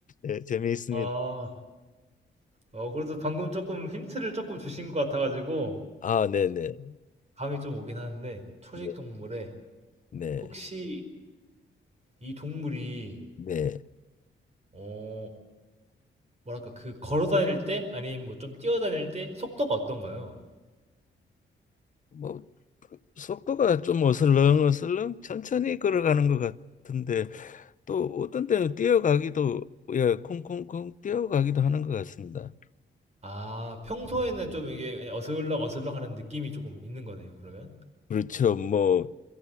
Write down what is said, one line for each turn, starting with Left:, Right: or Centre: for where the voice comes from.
Left: 예, 재미있습니다.
Right: 아, 어, 그래도 방금 조금 힌트를 조금 주신 것 같아가지고
Left: 아, 네네.
Right: 감이 좀 오긴 하는데 초식
Left: 네,
Right: 동물에
Left: 네,
Right: 혹시 이 동물이
Left: 네.
Right: 어, 뭐랄까 그 걸어 다닐 때 아니면 뭐 좀 뛰어 다닐 때 속도가 어떤가요?
Left: 뭐 속도가 좀 어슬렁어슬렁 천천히 걸어가는 것 같은데 또 어떤 때는 뛰어가기도 예 콩콩콩 뛰어가기도 하는 것 같습니다.
Right: 아 평소에는 좀 이게 어슬렁어슬렁하는 느낌이 조금 있는 거네요 그러면?
Left: 그렇죠. 뭐